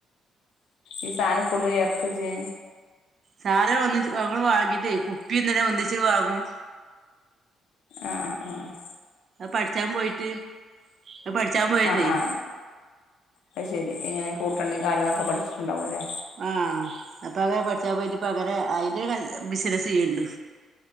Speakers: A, on the left; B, on the right.
A: ഈ സാധനക്കൊട്ന്ന എറക്ക ഇജ്ജ്
B: സാധന ഒന്നിച്ച് ഞമ്മള് വാങ്ങ്യാതേ കുപ്പിങ്ങനെ ഒന്നിച്ച് വാങ്ങും
A: ആഹ് ആ ആഹ്
B: പഠിച്ചാൻ പോയിട്ട് അത് പഠിച്ചാൻ പോയതേ
A: ആ ആ അത് ശെരി എങ്ങനെ കൂട്ടണ്ടേ കാര്യങ്ങളൊക്കെ പഠിച്ചിട്ടുണ്ടാവുല്ലേ
B: ആഹ് അപ്പൊ അങ്ങനെ പഠിച്ചാ പോയിട്ട് ഇപ്പ അങ്ങനെ അയിന്റെഒരു ബിസിനസ്സ് ചെയ്യ്ണ്ട്